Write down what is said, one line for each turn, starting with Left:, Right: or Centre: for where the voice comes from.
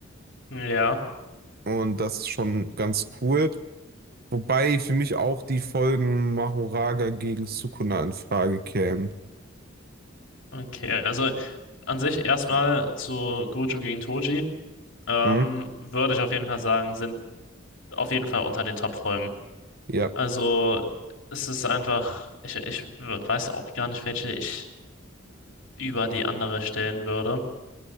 Left: ja,
Right: Und das ist schon ganz cool. Wobei für mich auch die Folgen Mahoraga gegen Sukuna in Frage kämen.
Left: okay. Also an sich erstmal zu Gojo gegen Toji. ähm,
Right: Hm?
Left: würde ich auf jeden Fall sagen, sind auf jeden Fall unter den Top-Folgen.
Right: Ja,
Left: Also es ist einfach, ich, ich weiß auch gar nicht, welche ich über die andere stellen würde.